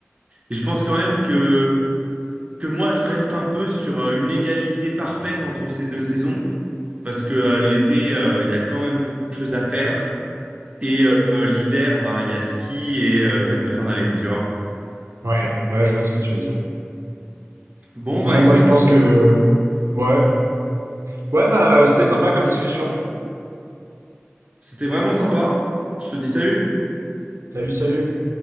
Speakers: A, on the right; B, on the right.
A: et je pense quand même que que moi je reste un peu sur euh, une égalité parfaite entre ces deux saisons parce que euh, l'été euh, il y a quand même beaucoup de choses à faire et euh, l'hiver ben il y a ski et euh, fête de fin d'année, tu vois.
B: Ouais, ouais, je vois ce que tu veux dire.
A: Bon
B: Ouais,
A: bah écoute,
B: moi je pense que
A: c'est-
B: ouais. Ouais, bah euh, c'était
A: bah,
B: sympa comme discussion.
A: C'était vraiment sympa. Je te dis salut.
B: Salut, salut.